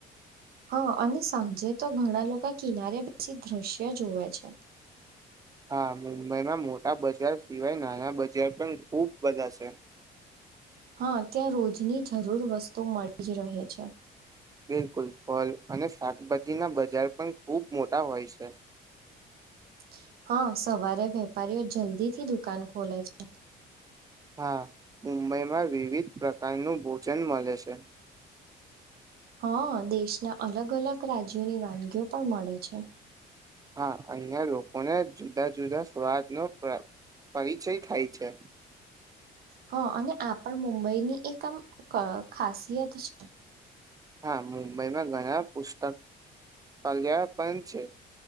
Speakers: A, on the right; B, on the right.
A: હા અને સાંજે તો ઘણા લોકો કિનારે બેી દ્રશ્ય જોવે છે
B: હા મુંબઈમાં મોટા બજાર સિવાય નાના બજાર પણ ખૂબ બધા છે
A: હા, ત્યાં રોજની જરૂર વસ્તુ મળી જ રહે છે.
B: બિલકુલ. ફલ અને શાકભાજીના બજાર પણ ખુબ મોટા હોય છે.
A: <inaudible> હા, સવારે વેપારીઓ જલ્દીથી દુકાન ખોલે છે.
B: હા, મુંબઈમાં વિવિધ પ્રકારનું ભોજન મલે છે.
A: હા, દેશના અલગ અલગ રાજ્યોની વાનગીઓ પણ મળે છે.
B: હા, અન્ય લોકો અને જુદા જુદા સ્વાદનો પરિચય થાય છે.
A: હ, અને આ પણ મુંબઈની એક આમ ખાસિયત છે.
B: હા, મુંબઈમાં ઘણા પુસ્તક કલ્યા પણ છે.